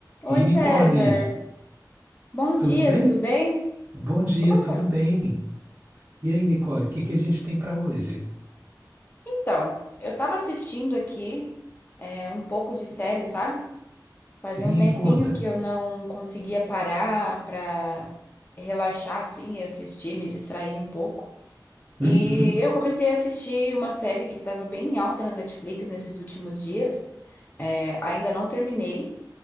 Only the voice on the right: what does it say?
Ei,
Nicole,
tudo
bem?
Bom dia,
tudo bem. E aí, Nicole, o que que a gente tem para hoje?
Sim,
conta.
Uhum,